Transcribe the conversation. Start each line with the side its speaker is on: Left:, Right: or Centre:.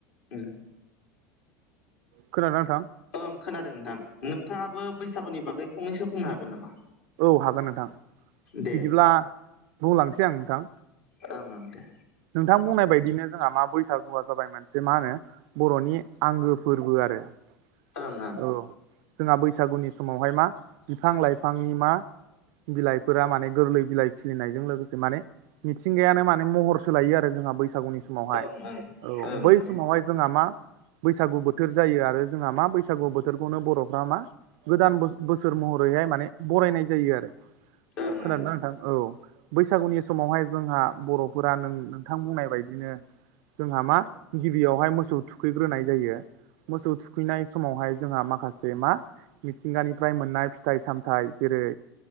Left: उम
Right: खोनादों नांथां?
Left: ओं खोनादों नोंथां नोंथाङाबो बैसागुनि बागै फंनैसो बुंनो हागोन नामा?
Right: औ हागोन नोंथां
Left: दे
Right: बिदिब्ला बुंलांसै आं नोंथां।
Left: ओं ओं दे
Right: नोंथां बुंनाय बायदिनो जोंहा मा बैसागुआ जाबाय मोनानसे मा होनो बर'नि आंगो फोरबो आरो औ
Left: ओं ओं
Right: जोंहा बैसागुनि समावहाय मा बिफां लाइफांनि मा बिलाइफोरा माने गोरलै बिलाइ खिलिनायजों लोगोसे माने मिथिंगायानो माने महरसो लायो आरो जोंहा बैसागुनि समावहाय
Left: ओं ओं
Right: औ
Left: ओं
Right: बै समावहाय जोंहा मा बैसागु बोथोर जायो आरो जोंहा मा बैसागु बोथोरखौनो बर'फ्रा मा गोदान बोसोर महरैहाय माने बरायनाय जायो आरो
Left: ओं
Right: खोनादोंना
Left: ओं
Right: नोंथां? औ बैसागुनि समावहाय जोंहा बर'फोरा नों नोंथां बुंनाय बायदिनो जोंहा मा गिबियावहाय मोसौ थुखैग्रोनाय जायो मोसौ थुखैनाय समावहाय जोंहा माखासे मा मिथिंगानिफ्राय मोननाय फिथाइ सामथाइ जेरै